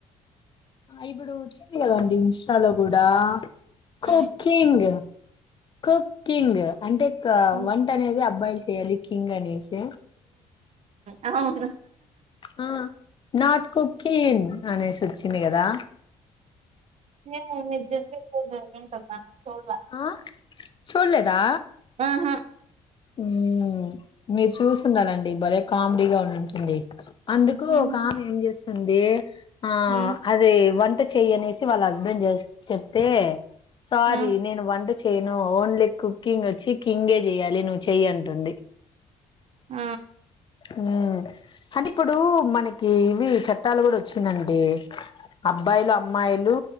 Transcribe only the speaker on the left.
ఇప్పుడు వచ్చింది కదండి ఇన్స్టాలో గుడా
కుక్కింగ్ కుక్కిింగ్ అంటే
వంట అనేది అబ్బాయిల్ చ్ చేయాలి కింగ్ అనేసి
ఆ నాట్ కుకీన్ అనేసి వచ్చింది కదా
ఆ చూల్లేదా
ఉం మీరు చూసుండాలండి భలే కామెడీగా ఉండింటుంది అందుకు
ఒక ఆమె ఏం చేస్తుంది ఆ
అది వన్ ట చెయ్ అనేసి వాళ్ళ హస్బెండ్ చెప్తే సారీ
నేను వంట చెయను ఓన్లీ కుకింగ్ వచ్చి కింగే చెయ్యాలి నువ్వు చెయ్ అంటుంది
ఉమ్ అంటే ఇప్పుడు మనకి ఇవి చట్టాలు గుడా వచ్చిందండి అబ్బాయిలు అమ్మాయిలు